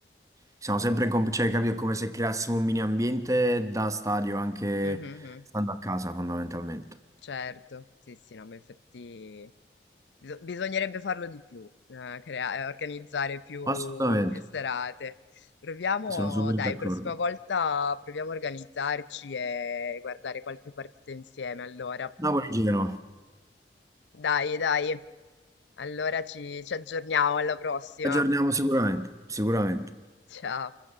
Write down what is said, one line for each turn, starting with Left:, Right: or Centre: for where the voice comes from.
Right: Siamo sempre in comp- cioè, capito, è come se creassimo un mini ambiente da stadio anche
Left: Mhm, mhm.
Right: stando a casa fondamentalmente.
Left: Certo, sì, sì, no, ma infatti... Biso- bisognerebbe farlo di più, eh, crea- eh, organizzare più,
Right: Assolutamente,
Left: più serate. Proviamo,
Right: sono super
Left: dai,
Right: d'accordo.
Left: prossima volta proviamo a organizzarci e guardare qualche partita insieme, allora.
Right: Napoli-Genoa,
Left: Dai, dai, allora ci ci aggiorniamo, alla prossima.
Right: aggiorniamo sicuramente, sicuramente.
Left: Ciao.